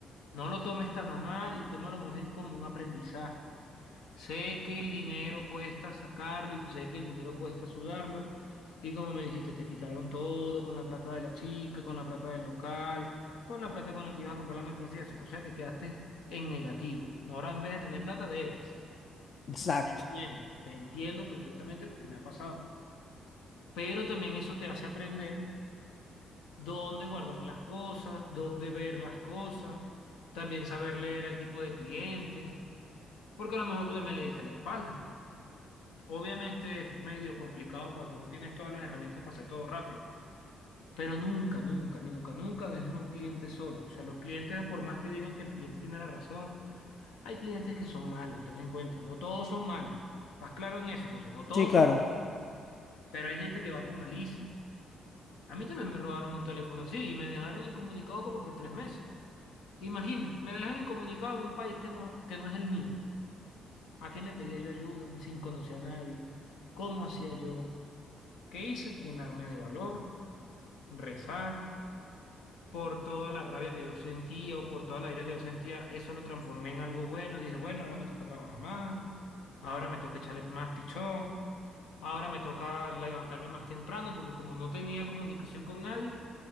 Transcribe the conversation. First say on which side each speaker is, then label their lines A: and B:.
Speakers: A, on the left; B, on the left.
A: No lo tomes tan a mal y tómalo más bien como un aprendizaje. Sé que el dinero cuesta sacarlo y sé que el dinero cuesta sudarlo. Y como me dijiste, te quitaron todo con la plata de la chica, con la plata del local, con la plata con la que ibas a comprar la mercancía. O sea que quedaste en negativo. Ahora en vez de tener plata, debes.
B: Exacto.
A: Te entiendo, te entiendo perfectamente porque me ha pasado. pero también eso te hace aprender dónde guardar las cosas, dónde ver las cosas, también saber leer al tipo de cliente, porque a lo mejor tú también le diste la espalda. Obviamente es medio complicado cuando no tienes todas las herramientas para hacer todo rápido, pero nunca, nunca, nunca, nunca dejas a un cliente solo. O sea, los clientes, por más que digan que el cliente tiene la razón, hay clientes que son malos, ten en cuenta, no todos son malos. ¿Estás claro en eso, José? No todos
B: Sí, claro.
A: son malos, pero hay gente que va con malicia. A mí también me robaron un teléfono así y me dejaron incomunicado como por tres meses. Imagina, me dejan incomunicado en un país que no, que no es el mío. ¿A quién le pedía yo ayuda sin conocer a nadie? ¿Cómo hacía yo? ¿Qué hice? Llenarme de valor, rezar. Por toda la rabia que yo sentía o por toda la ira que yo sentía, eso lo transformé en algo bueno. Dije, bueno, ahora me toca trabajar más, ahora me toca echarle más pichón, ahora me toca levantarme más temprano porque como no tenía comunicación con nadie.